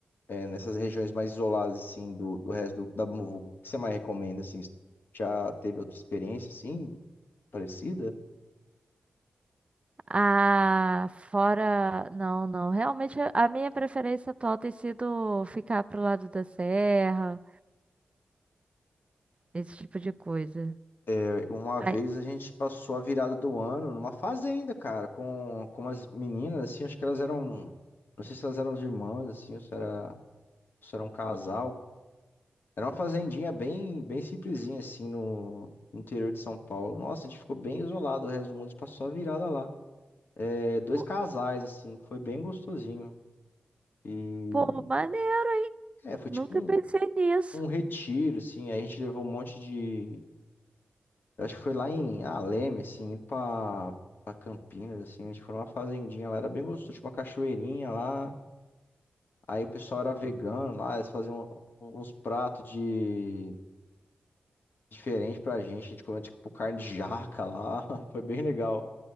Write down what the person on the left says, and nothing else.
é, nessas regiões mais isoladas, assim, do, do resto do- da Muvuca, o que você mais recomenda, assim? Já teve outra experiência, assim, parecida?
É, Uma
vez a gente passou a virada do ano numa fazenda, cara, com, com umas meninas, assim, acho que elas eram, não sei se elas eram as irmãs, assim, ou se era, ou se era um casal. Era uma fazendinha bem, bem simplesinha, assim, no no interior de São Paulo. Nossa, a gente ficou bem isolado, o resto do mundo passou a virada lá. É, dois
casais, assim, foi bem gostosinho. E
é, foi
tipo um,
um retiro, assim. aí A gente levou um monte de. eu Acho que foi lá em Aleme, assim, indo pra, pra Campinas, assim. A gente foi numa fazendinha lá, era bem gostoso, tinha uma cachoeirinha lá. Aí o pessoal era vegano lá, eles faziam um, uns pratos de diferente pra gente. A gente comeu tipo carne de jaca lá. <laughs> Foi bem legal.